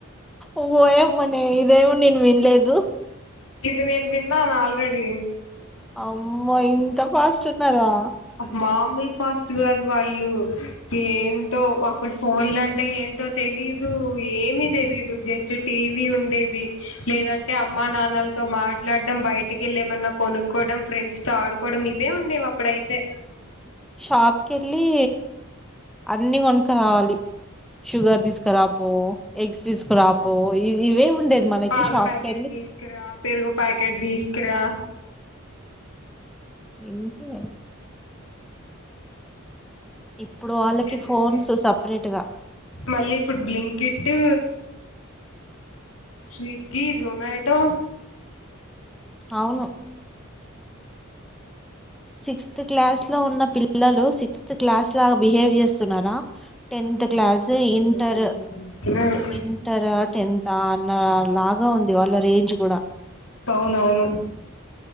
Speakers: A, in the centre; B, on the left.
A: ఓయమ్మనే ఇదేమో నేను వినలేదు
B: ఇది నేను విన్నాను ఆల్రెడీ
A: అమ్మో ఇంత ఫస్ట్ ఉన్నారా
B: మామూలు ఫాస్ట్ కాదు వాళ్ళు ఏంటో అప్పుడు ఫోన్లు అంటే ఏ ఏంటో తెలీదు ఏమి తెలీదు జస్ట్ టీవీ ఉండేది లేదంటే అమ్మా నాన్న పిల్లలతో మాట్లాడడం బయటికి వెళ్లి ఏమన్నా కొనుక్కవడం ఫ్రెండ్స్ తో ఆడుకోవడం ఇవే ఉండేవి అప్పుడైతే
A: షాప్కెళ్లి అన్ని కొనుక్ రావాలి షుగర్ తీసుకురాపో ఎగ్స్ తీసుకురాపో ఇవే ఉండేవి మనకి
B: పాల
A: షాప్
B: ప్యాకెట్
A: పేర్లు
B: తీసుకురా పెరుగు ప్యాకెట్ తీసుకురా
A: ఎంతే ఇప్పుడు వాళ్ళకి
B: ఇంతే జరిగేది
A: ఫోన్స్ సపరేట్ గా
B: మళ్ళీ ఇప్పుడు బ్లింకిట్ టూ స్విగ్గీ జొమాటో
A: అవును సిక్స్త్ క్లాస్ లో ఉన్న పిల్లలు సిక్స్త్ క్లాస్ లాగా బిహేవ్ చేస్తున్నారా టెన్త్ క్లాస్ ఇంటర్
B: లో బిహేవ్ చేస్తున్నారు
A: ఇంటరా టెన్త్ ఆ నా లాగా ఉంది వాళ్ళ రేంజ్ కూడా
B: అవునవును